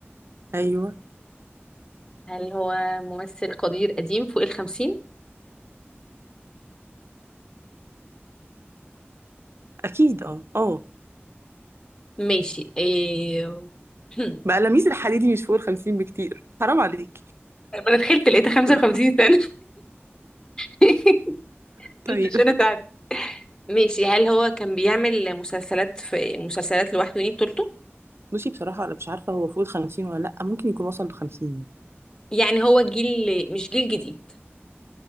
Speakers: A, on the right; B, on the left.
A: ايوه
B: هل هو ممثل قدير قديم فوق الخمسين
A: اكيد اه اه
B: ماشي إيه... هم.
A: بقى لميس الحديدي مش فوق الخمسين بكتير حرام عليك
B: لما انا دخلت لقيتها
A: <laughs>
B: 55
A: يلا
B: سنة <laughs>
A: طيب
B: قلت عشان اساعدك ماشي هل هو كان بيعمل مسلسلات في مسلسلات لوحده دي بطولته
A: بصي بصراحة أنا مش عارفة هو فوق الخمسين ولا لأ ممكن يكون وصل لخمسين
B: يعني هو جيل مش جيل جديد